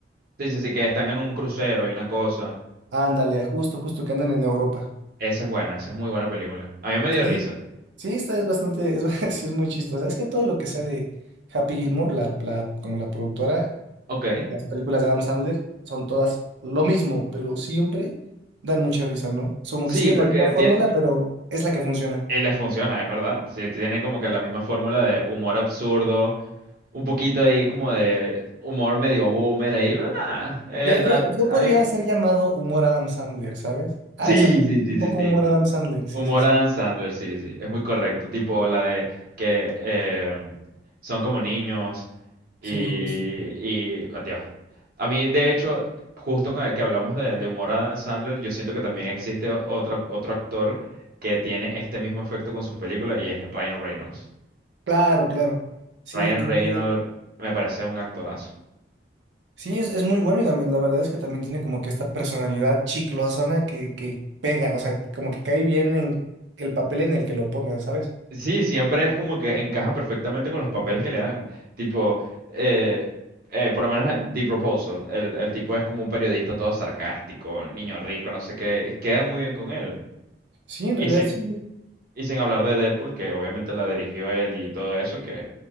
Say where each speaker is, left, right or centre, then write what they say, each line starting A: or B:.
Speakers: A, on the right (about 55°); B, on the right (about 80°).
A: Sí, sí, sí, que están en un crucero y una cosa.
B: Ándale, justo, justo que andan en Europa.
A: Esa es buena, esa es muy buena película. A mí me dio
B: Sí,
A: risa.
B: sí, esta es bastante, es, <laughs> ba- sí, es muy chistosa. Es que todo lo que sea de Happy Gilmore, la, la, como la productora,
A: Ok.
B: las películas de Adam Sandler son todas lo mismo, pero siempre dan mucha risa, ¿no? Es Como
A: Sí,
B: que sigue
A: porque
B: la misma fórmula,
A: tiene,
B: pero es la que funciona.
A: eh, les funciona, es verdad. Sí, tienen como que la misma fórmula de humor absurdo, un poquito ahí como de humor medio boomer ahí, pero nada. eh,
B: Ya, ya,
A: da-
B: ya
A: a
B: podría
A: mí me-
B: ser llamado humor Adam Sandler, ¿sabes? Ah,
A: Sí,
B: esa película
A: sí,
B: es
A: sí,
B: un
A: sí,
B: poco
A: sí.
B: humor Adam Sandler, sí,
A: Humor
B: sí, sí.
A: Adam Sandler, sí, sí, es muy correcto. Tipo la de que eh, son como niños Y,
B: Sí, justo.
A: y adiós A mí, de hecho, justo con el que hablamos de, de humor Adam Sandler, yo siento que también existe otra, otro actor que tiene este mismo efecto con sus películas y es Ryan Reynolds.
B: Claro, claro. Sí,
A: Ryan
B: desde,
A: Reynolds me parece un actorazo.
B: Sí, es, es muy bueno y la, la verdad es que también tiene como que esta personalidad chiclosona que, que pega, o sea, como que cae bien en el papel en el que lo pongas, ¿sabes?
A: Sí, siempre es como que encaja perfectamente con los papeles que le dan. Tipo, eh, eh, por lo menos en The Proposal. El, el tipo es como un periodista todo sarcástico, niño rico, no sé qué. Queda muy bien con él.
B: Sí, en
A: y
B: realidad sí.
A: Y sin hablar de Deadpool, que obviamente la dirigió él y todo eso, que